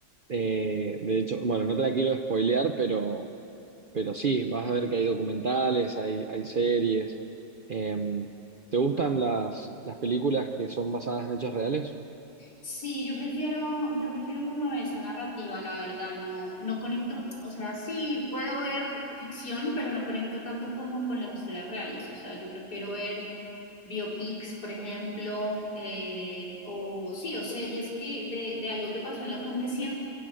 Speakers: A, on the right; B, on the left.
A: Eh, de hecho, bueno, no te la quiero spoilear, pero, pero sí, vas a ver que hay documentales, hay, hay series. Eh, ¿te gustan las, las películas que son basadas en hechos reales?
B: Sí, yo prefiero, yo prefiero como esa narrativa, la verdad, no, no conecto, o sea, sí, puedo ver ficción, pero no conecto tanto como con las historias reales, o sea, yo prefiero ver biopics, por ejemplo, eh, o sí, o series que de, de algo que pasó en la, como que siento,